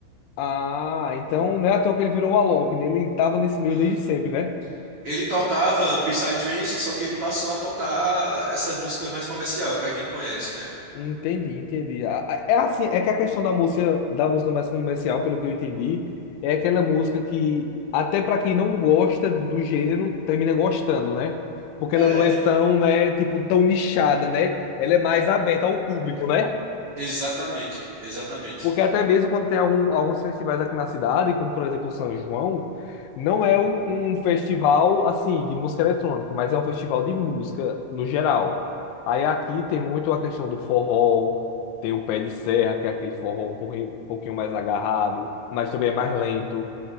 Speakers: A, on the left; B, on the right.
A: Ah, então não é à toa que ele virou o Alok, né? Ele tava nesse meio
B: Uhum.
A: desde sempre, né?
B: Ele tocava Psytrance, só que ele passou a tocar essas músicas mais comercial que a gente conhece, né?
A: Entendi, entendi. A- a- É assim, é que a questão da música, da música mais comercial, pelo que eu entendi, é aquela música que, até para quem não gosta do gênero, termina gostando, né? Porque
B: É,
A: ela não é
B: tipo,
A: tão, né, tipo, tão nichada, né? Ela é mais aberta ao público, né?
B: exatamente, exatamente.
A: Porque até mesmo quando tem algum, alguns festivais aqui na cidade, como por exemplo o São João, não é um, um festival assim de música eletrônica, mas é um festival de música no geral. Aí aqui tem muito a questão do forró, tem o pé de serra, que é aquele forró um pouquinho, um pouquinho mais agarrado, mas também é mais lento.